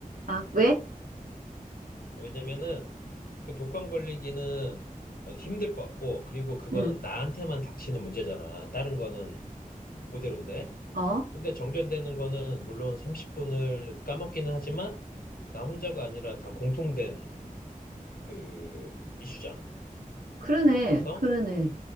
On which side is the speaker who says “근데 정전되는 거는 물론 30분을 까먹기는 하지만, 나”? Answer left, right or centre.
Left